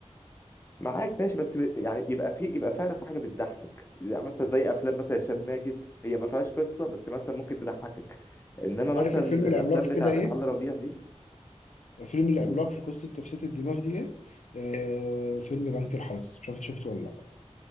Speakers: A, on the left; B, on the left.
A: معاك ماشي بس يعني يبقى في يبقى فعلا في حاجة بتضحك يعني مثلا زي أفلام مثلا هشام ماجد هي ما فيهاش قصة بس مثلا ممكن تضحكك إنما مثلا
B: عارف الفيلم العملاق
A: الأفلام
B: في
A: بتاعت
B: كده ايه
A: علي ربيع دي
B: فيلم العملاق
A: قول
B: في قصه تفسير الدماغ دي ايه آه فيلم بنك الحظ مش عارف إنت شفته ولا لأ.